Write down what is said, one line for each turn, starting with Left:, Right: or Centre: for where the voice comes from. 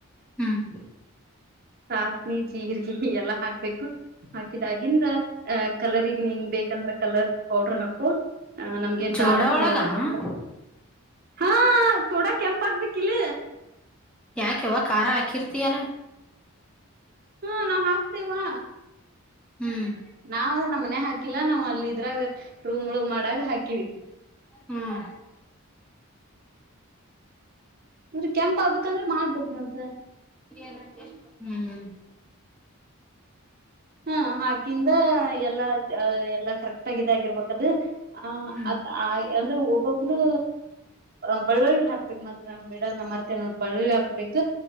Centre: ಹ್ಮ್
Right: ಚಾಸಣಿ ಜೀರಿಗೆ ಎಲ್ಲಾ ಹಾಕ್ಬೇಕು ಹಾಕಿದಾಗಿಂದ ಅ ಕಲರ್ಗ್ ನಿಂಗ ಬೇಕಂದ್ರೆ ಕಲರ್ ಪೌಡ್ರ ಹಾಕು ನಮ್ಗ ನ್
Centre: ಜೋಡ
Right: ಬೇಡ ನಾವು
Centre: ಒಳಗ
Right: ಯಾಕಂದ್ರ ಹಾ ಸೋಡಾ ಕೆಂಪ್ ಹಾಕ್ಬೇಕಿಲ್ಲ
Centre: ಯ ಕೆವ ಕಾರಾರ ಕೀರ್ತಿಯಲ್ಲ
Right: ಹಾ ನಾವ್ ಹಾಕ್ತೇವಾ
Centre: ಹ್ಮ್
Right: ನಾವ್ ಅಂದ್ರೆ ನಮ್ಮ ಮನೆ ಹಾಕಿಲ್ಲ ನಾವ್ ಅಲ್ಲಿ ಇದ್ರಾಗ ರೂಮ್ ಒಳಗ್ ಮಾಡಾಗ ಹಾಕಿವಿ
Centre: ಹ್ಮ್
Right: ಅಂದ್ರೆ ಕೆಂಪ್ ಆಗ್ಬೇಕಂದ್ರ ಮಾಡ್ಬೇಕ್ ಮತ್ತ
Centre: <inaudible> ಹ್ಮ್
Right: ಹಾ ಹಾಕಿಂದ ಎಲ್ಲಾ ಎಲ್ಲಾ ಕರೆಕ್ಟ್ ಆಗಿದೆ ಆಗಿರ್ಬೇಕದು ಆಹ
Centre: ಹ್ಮ್
Right: ಅದ್ ಅಂದ್ರೆ ಒಬ್ಬೊಬ್ರು ಅ ಬಳ್ಳುಳ್ಳಿ ಹಾಕ್ಬೇಕು ಮದ್ ಬಿಡಲ್ನ ಮರ್ತೆ ನೋ ಬಳ್ಳುಳ್ಳಿ ಹಾಕ್ಬೇಕು